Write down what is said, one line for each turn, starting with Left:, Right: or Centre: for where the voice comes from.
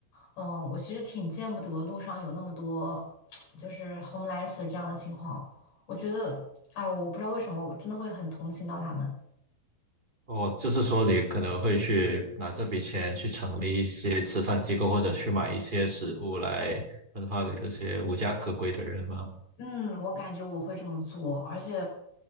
Left: 嗯，我其实挺见不得路上有那么多 <tsk> 就是 homeless 这样的情况，我觉得，哎，我不知道为什么，我真的会很同情到他们。
Right: 哦，就是说你可能会去拿这笔钱去成立一些慈善机构，或者去买一些食物来分发给这些无家可归的人吗？
Left: 嗯，我感觉我会这么做，而且，